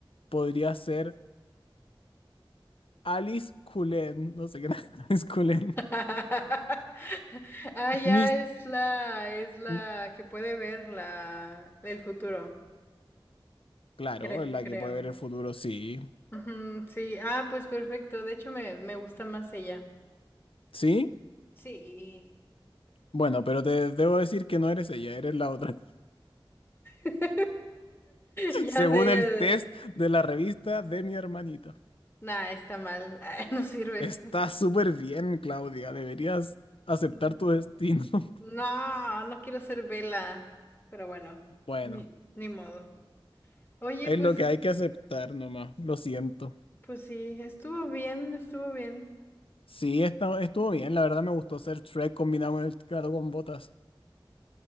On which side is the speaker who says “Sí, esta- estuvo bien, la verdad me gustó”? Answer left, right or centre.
Left